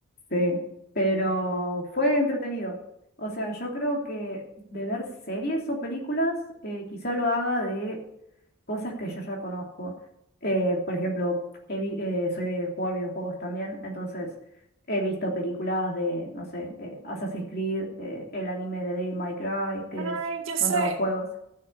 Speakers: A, on the left; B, on the right.
A: Sí, pero fue entretenido. O sea, yo creo que de ver series o películas, eh, quizá lo haga de cosas que yo ya conozco. Eh, por ejemplo, he vi- eh, soy de jugar videojuegos también, entonces he visto películas de, no sé, eh, Assassin's Creed, eh, el anime de Devil May Cry, que
B: Ay,
A: es-
B: yo sé.
A: son todos juegos.